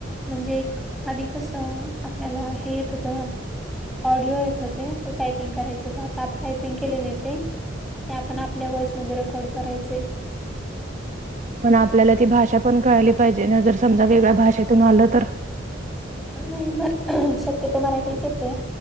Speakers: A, in the centre; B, on the right (about 40°).
A: म्हणजे एक अध कसं आपल्याला हे येत होतं ना. ऑडिओ येत होते ते टायपिंग करायचं होत आता आप टायपिंग केलेले ते. ते आपण आपल्या वॉइसमध्ये रेकॉर्ड करायचंय.
B: पण आपल्याला ती भाषा पण कळाली पाहिजे ना जर समजा वेगळ्या भाषेतून आलं तर?
A: नाही <unintelligible> म शक्यतो मराठीच येते